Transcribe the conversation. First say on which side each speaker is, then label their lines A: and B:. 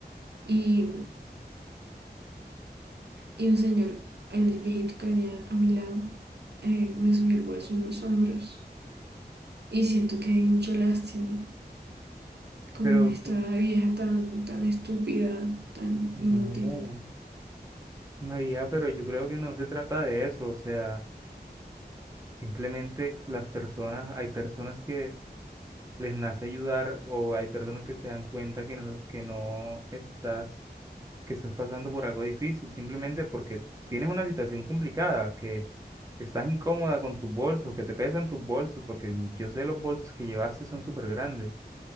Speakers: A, on the right; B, on the right.
A: Y, y un señor, el viejito que venía a mi lado, eh, me subió el bolso en los hombros. Y siento que hay mucha lástima, como
B: Pero
A: esta
B: tú,
A: vieja tan, tan estúpida, tan
B: no,
A: inútil.
B: María, pero yo creo que no se trata de eso, o sea, simplemente las personas, hay personas que les nace ayudar o hay personas que se dan cuenta que no, que no estás, que estás pasando por algo difícil, simplemente porque tienes una situación complicada, que estás incómoda con tus bolsos, que te pesan tus bolsos, porque yo sé los bolsos que llevaste son súper grandes